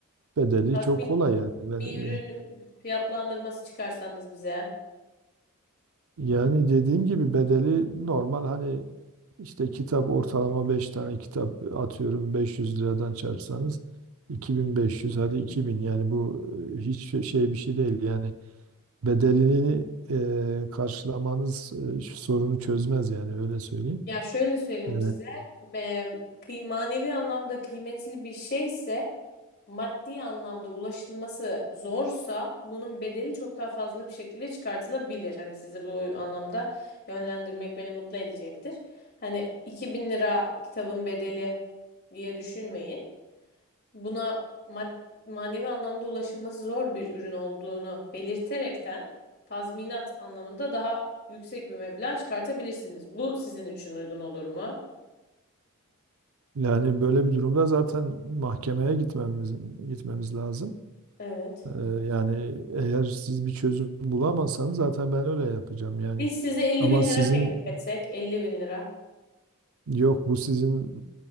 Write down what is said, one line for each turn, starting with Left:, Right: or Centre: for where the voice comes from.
Right: Bedeli
Left: Tazmin
Right: çok kolay yani. Ben,
Left: bir ürün fiyatlandırması çıkarsanız bize.
Right: Yani dediğim gibi bedeli normal hani işte kitap ortalama 5 tane kitap atıyorum 500 liradan çarpsanız 2500 hadi 2000 yani bu e, hiç şey şey bir şey değil yani bedelini e, karşılamanız e, şu sorunu çözmez yani öyle söyleyeyim.
Left: Ya şöyle söyleyeyim
Right: E,
Left: size, e, kıy- manevi anlamda kıymetli bir şeyse maddi anlamda ulaşılması zorsa bunun bedeli çok daha fazla bir şekilde çıkartılabilir. Hani sizi bu anlamda yönlendirmek beni mutlu edecektir. Hani 2000 lira kitabın bedeli diye düşünmeyin. Buna mad- manevi anlamda ulaşılması zor bir ürün olduğunu belirterekten tazminat anlamında daha yüksek bir meblağ çıkartabilirsiniz. Bu sizin için uygun olur mu?
Right: yani böyle bir durumda zaten mahkemeye gitmemiz gitmemiz lazım.
Left: Evet.
Right: E, yani eğer siz bir çözüm bulamazsanız zaten ben öyle yapacağım yani.
Left: Biz size 50
Right: Ama
Left: bin
Right: sizin
Left: lira teklif etsek, 50 bin lira.
Right: Yok bu sizin